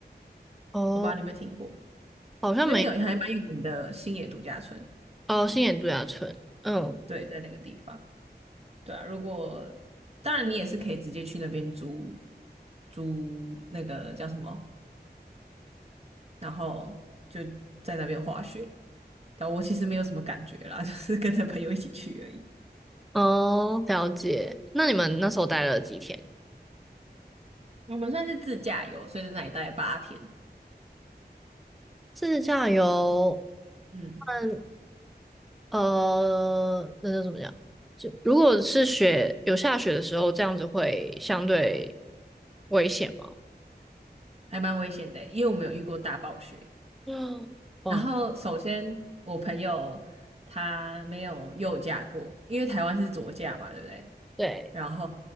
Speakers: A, in the centre; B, on the right (about 35°).
A: 哦，
B: 我不知道你有没有听过，
A: 好像没，
B: 那边有还蛮有名的星野度假村。
A: 哦，新野度假村，嗯，
B: 对，在那个地方，对啊。如果当然，你也是可以直接去那边租租那个叫什么，然后就在那边滑雪。但我其实没有什么感觉啦，<laughs> 就是跟着朋友一起去而已。
A: 哦，了解。那你们那时候待了几天？
B: 我们算是自驾游，所以在那里待了八天，
A: 自驾游，
B: 嗯，
A: 嗯，呃，那叫怎么讲？就如果是雪，有下雪的时候，这样子会相对危险吗？
B: 还蛮危险的，因为我们有遇过大暴雪。
A: 嗯，哇，
B: 然后首先我朋友他没有右驾过，因为台湾是左驾嘛，对不对？
A: 对。
B: 然后